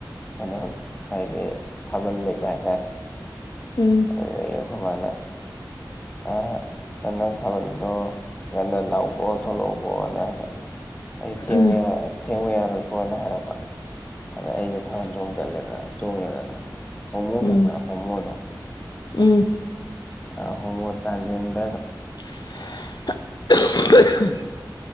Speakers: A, on the left; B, on the left.
A: ꯀꯩꯅꯣ ꯍꯥꯏꯗꯤ ꯊꯥꯕꯜ ꯂꯩꯕ ꯍꯥꯏꯇꯥꯔꯦ
B: ꯎꯝ
A: ꯑꯗꯨ ꯑꯩꯈꯣꯏ ꯃꯥꯅ ꯑꯥ ꯅꯪ ꯊꯥꯕꯜꯗꯣ ꯉꯟꯅ ꯂꯥꯛꯎꯀꯣ ꯊꯣꯂꯛꯎꯀꯣꯅ ꯍꯥꯏꯕ ꯑꯩ ꯊꯦꯡꯕ
B: ꯎꯝ
A: ꯌꯥꯔꯣꯏ ꯊꯦꯡꯕ ꯌꯥꯔꯣꯏꯀꯣꯅ ꯍꯥꯏꯔꯛꯄ ꯑꯗ ꯑꯩꯁꯦ ꯊꯥꯕꯜ ꯆꯣꯡ ꯆꯠꯂꯦꯗꯅ ꯆꯣꯡꯉꯦꯗꯅ ꯍꯣꯃꯣ
B: ꯎꯝ
A: ꯈꯪꯕ꯭ꯔ ꯍꯣꯃꯣꯗꯣ
B: ꯎꯝ
A: ꯑ ꯍꯣꯃꯣ ꯇ꯭ꯔꯥꯟꯖꯦꯟꯗꯔ ꯗꯣ
B: <unintelligible>